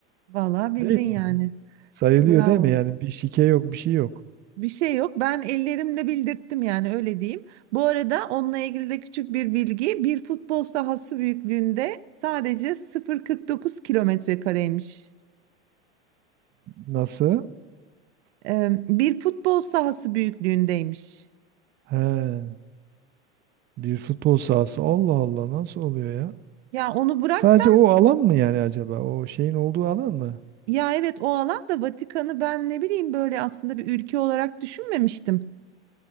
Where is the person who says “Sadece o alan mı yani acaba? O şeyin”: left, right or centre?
Right